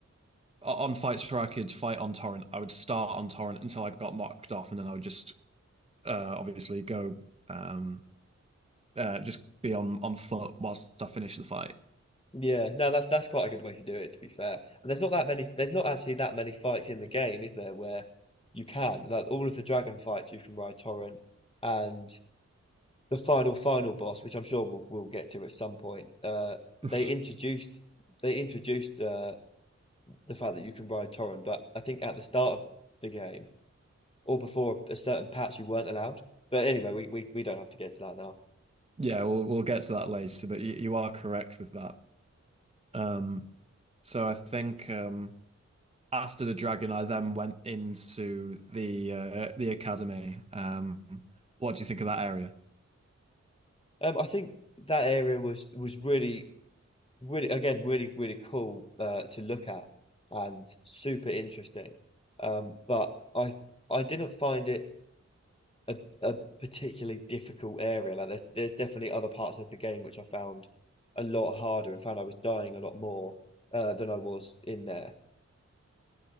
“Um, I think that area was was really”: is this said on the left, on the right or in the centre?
Left